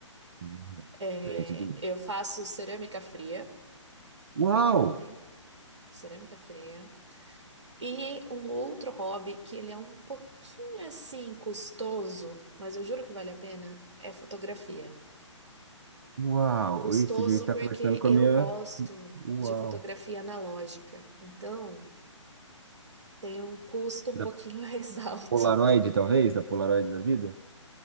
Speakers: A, on the right; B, on the right.
A: Hum,
B: É,
A: Diferente de mim.
B: eu faço cerâmica fria
A: Uau!
B: como hobby, cerâmica fria. E um outro hobby que ele é um pouquinho assim custoso, mas eu juro que vale a pena, é fotografia.
A: Uau!
B: Custoso
A: Isso devia estar
B: porque
A: conversando com
B: eu
A: a minha.
B: gosto
A: Uau!
B: de fotografia analógica, então tem um custo um
A: Da
B: pouquinho <laughs> mais alto.
A: Polaroid, talvez? Da Polaroid da vida?